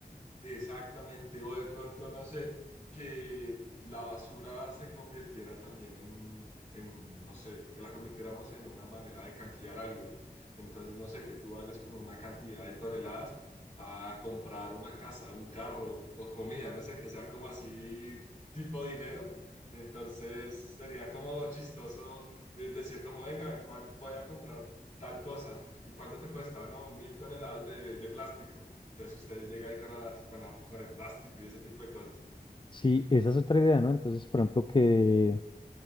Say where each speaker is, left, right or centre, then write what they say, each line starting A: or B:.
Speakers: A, on the left (about 50°); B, on the left (about 30°).
A: Exactamente, o de pronto, no sé, que la basura se convirtiera también en, en, no sé, que la convirtiéramos en una manera de canjear algo. Entonces, no sé, que tú vayas con una cantidad de toneladas a comprar una casa, un carro o comida, no sé, que sea como así tipo dinero. Entonces, sería como chistoso eh, decir como, venga, ¿cuán- voy a comprar tal cosa. ¿Y cuánto te cuesta? No, mil toneladas de de plástico. Entonces ustedes llegan ahí con, las- con, la, con el plástico y ese tipo de cosas.
B: Sí, esa es otra idea, ¿no? Entonces, por ejemplo, que,